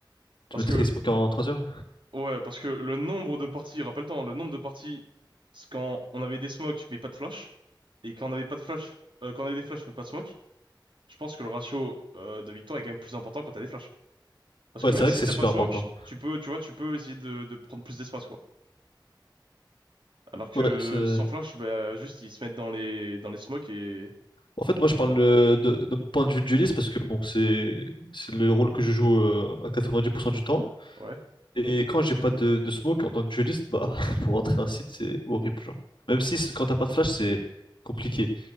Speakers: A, on the left; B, on the right.
A: Tu
B: Parce
A: mettrais
B: que,
A: Smoke en troisième?
B: ouais, parce que le nombre de parties, rappelle-toi, hein, le nombre de parties, c'est quand on avait des smokes mais pas de flash, et quand on avait pas de flash, euh, quand on avait des flashs mais pas de smoke, je pense que le ratio euh, de victoire est quand même plus important quand t'as des flashs. Parce
A: Ouais,
B: que même
A: c'est vrai
B: si
A: que c'est
B: t'as
A: super
B: pas de smoke,
A: important.
B: tu peux, tu vois, tu peux essayer de, de prendre plus d'espace, quoi. Alors que
A: Ouais, c'est...
B: sans flash, bah, juste ils se mettent dans les, dans les smokes et,
A: En fait, moi,
B: et
A: je parle
B: on perd,
A: euh,
B: quoi.
A: de, de mon point de vue de dueliste parce que bon, c'est c'est le rôle que je joue euh, à 90% du temps.
B: Ouais.
A: Et quand j'ai pas de, de smoke en tant que dueliste, bah <laughs> pour rentrer un site, c'est horrible, genre. Même si c- quand t'as pas de flash, c'est compliqué.